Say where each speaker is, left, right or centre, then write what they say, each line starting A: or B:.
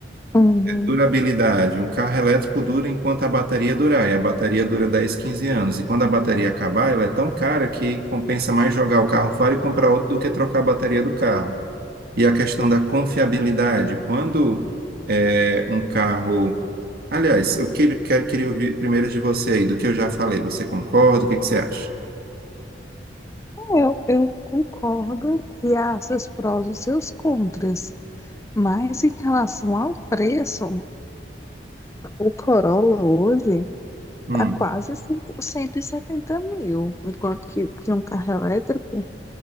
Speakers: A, on the left; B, on the right.
A: Uhum.
B: durabilidade. Um carro elétrico dura enquanto a bateria durar. E a bateria dura dez quinze anos. E quando a bateria acabar, ela é tão cara que compensa mais jogar o carro fora e comprar outro do que trocar a bateria do carro. E a questão da confiabilidade. Quando é, um carro. Aliás, eu que- que- queria ouvir primeiro de você aí, do que eu já falei. Você concorda? O que que você acha?
A: É, Eu, eu concordo que há seus prós e seus contras, mas em relação ao preço, O Corolla hoje
B: Hum,
A: tá quase 100 170 mil, enquanto que de um carro elétrico